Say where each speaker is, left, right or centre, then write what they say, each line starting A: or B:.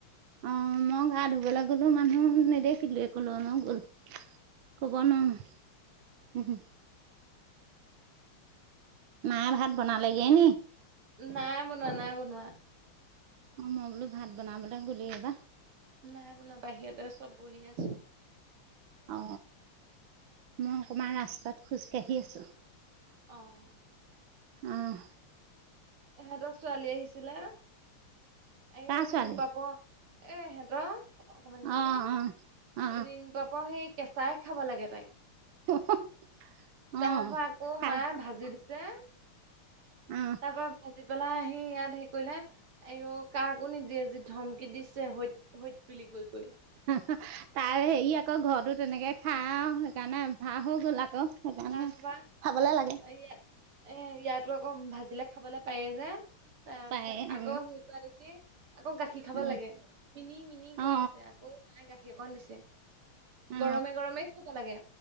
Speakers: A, on the right; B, on the right.
A: অ মই গা ধুবলৈ গলো মানুহ নেদেখিলো কলৈ নো গল। ক'ব নোৱাৰো। মায়ে ভাত বনালেগে নি
B: নাই বনোৱা নাই বনোৱা।
A: অ মই বোলো ভাত বনাবলৈ গ'লেই এইবাৰ
B: নাই আপোনাৰ বাহিৰতে আছো বি আছো
A: অ মই অকণমান ৰাস্তাত খোজ কাঢ়ি আছো
B: আহ
A: আহ
B: এহেঁতৰ ছোৱালী আহিছিলে? আও
A: কাৰ ছোৱালী
B: ৰিং পাপৰ এহেঁতৰ অকমান ছোৱালী
A: অ অ অ
B: ৰিং পাপৰ সেই কেঁচাই খাব লাগে তাইক
A: <inaudible> অ
B: তাৰ পৰা আকৌ
A: খাই
B: মায়ে ভাজি দিছে তাৰ
A: অ
B: পৰা ভা জি পেলাই আহি ইয়াত সেৰি কৰিলে এই কাকো নিদিয়ে যি ধমকি দিছে সত সত <inaudible>
A: তাই হেৰি আকৌ ঘৰতো তেনেকে খা সেইকাৰণে ভাহ হৈ গল আকৌ সেইকাৰণে
B: তাৰপা
A: খাবলে লাগে
B: ইয়াত এ ইয়াতো আকৌ ভাজিলে খাবলে পায়েই যে তাৰপিছত
A: পায় অ
B: আকৌ সো দেখি আকৌ গাখীৰ খাব
A: অ
B: লাগে মিনি মিনি কৰি
A: অ
B: আছে আকৌ মাই গাখীৰ অকণ দিছে
A: অ
B: গৰমে গৰমে খাব লাগে